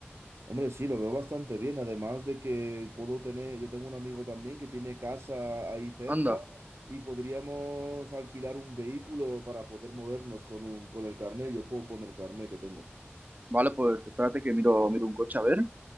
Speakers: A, on the right; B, on the right.
A: Hombre, sí, lo veo bastante bien. Además de que puedo tener, yo tengo un amigo también que tiene casa ahí cerca
B: Anda.
A: y podríamos alquilar un vehículo para poder movernos con un- con el carnet. Yo puedo poner carnet que tengo.
B: Vale, pues espérate que miro, miro un coche a ver.